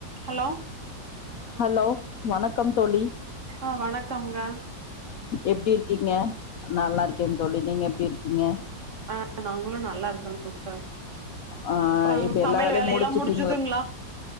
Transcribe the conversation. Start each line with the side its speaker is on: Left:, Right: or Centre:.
Right: hello
Left: hello வணக்கம் தோழி
Right: ஆ வணக்கம்ங்க
Left: எப்டி இருக்கீங்க நல்லா இருக்கே தோழி நீங்க எப்டி இருக்கீங்க
Right: ஆ நாங்களும் நல்லா இருக்கோம் சிஸ்டர்
Left: ஆ
Right: அப்புறம்
Left: இப்ப
Right: சமையல்
Left: எல்லா வேலையு
Right: வேல
Left: முடிச்சுட்டீங்களா
Right: எல்லாம் முடிஞ்சுதுங்களா